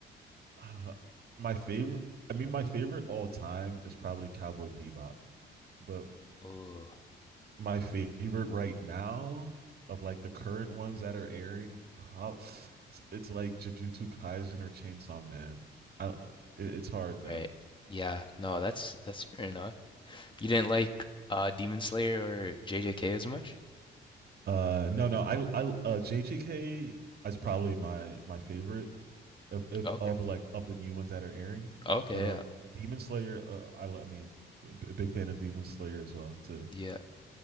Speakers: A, on the right; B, on the left.
A: Uh, my favorite, I mean, my favorite all time is probably Cowboy Bebop, but
B: Oh,
A: my favorite right now of like the current ones that are airing, prob it's, it's like Jujutsu Kaisen or Chainsaw Man. I, it, it's hard
B: right.
A: though.
B: Yeah, no, that's that's fair enough. You didn't like uh Demon Slayer or JJK as much?
A: Uh, no, no, I, I, uh, JGK is probably my my favorite of if
B: Okay.
A: of like of the new ones that are airing.
B: Okay,
A: But um,
B: yeah.
A: Demon Slayer, uh, I, lo- I mean, a b- big fan of Demon Slayer as well too.
B: Yeah.